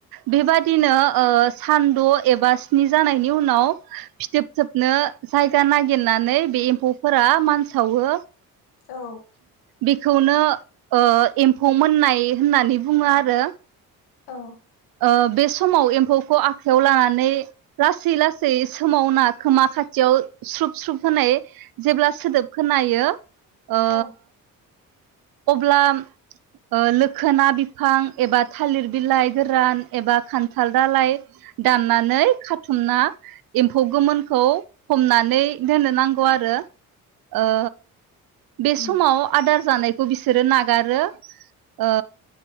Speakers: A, on the right; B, on the left.
A: बेबादिनो ओ सानद' एबा स्नि जानायनि उनाव फिथोबथोबनो जायगा नागिरनानै बे एम्फौफोरा मानसावो
B: औ
A: बेखौनो एम्फौ मोननाय होननानै बुङो आरो
B: औ
A: ओ बे समाव एम्फौखौ आखायाव लानानै लासै लासै सोमावना खोमा खाथियाव स्रुब स्रुब होनाय जेब्ला सोदोब खोनायो ओ
B: औ
A: अब्ला ओ लोखोना बिफां एबा थालिर बिलाइ गोरान एबा खान्थाल दालाय दाननानै खाथुमना एम्फौ गोमोनखौ हमनानै दोननो नां गौआरो ओ बे
B: उम
A: समाव आदार जानाय खौ बिसोरो नागारो ओ